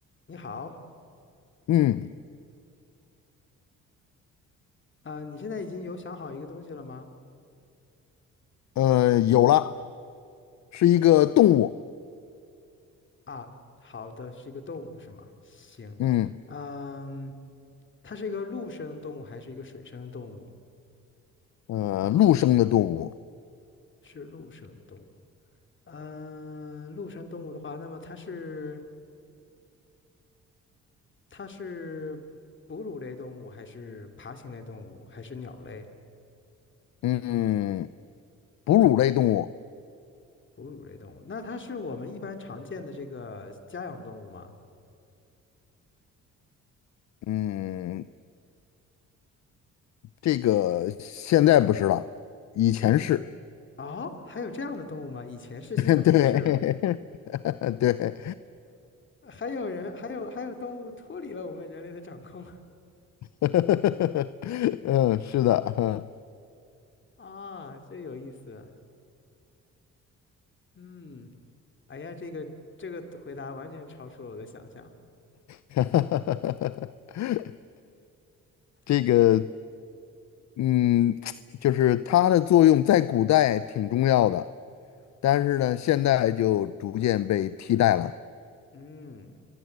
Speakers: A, on the left; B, on the left.
A: 你好，
B: 嗯，
A: 呃，你现在已经有想好一个东西了吗？
B: 呃，有了，是一个动物，
A: 啊，好的，是一个动物是吗？行，
B: 嗯，
A: 嗯，它是一个陆生的动物还是一个水生的动物？
B: 呃，陆生的动物，
A: 是陆生的动物。嗯，陆生动物的话，那么它是它是哺乳类动物还是爬行类动物还是鸟类？
B: 嗯，哺乳类动物，
A: 哺乳类动物，那它是我们一般常见的这个家养动物吗？
B: 嗯，这个现在不是了，以前是，
A: 现在哦，还有这样的动物吗？以前是，
B: <laughs>
A: 现在不是了。
B: 对，<laughs> 对，
A: 还有人，还有还有动物脱离了我们人类的掌控
B: <laughs> 嗯，是的，
A: <laughs> 啊，这有意思。嗯，哎呀，这个这个回答完全超出了我的想象。
B: <laughs> 这个，
A: 是，
B: 嗯，就是它的作用在古代挺重要的，但是呢，现在就逐渐被替代了。
A: 嗯，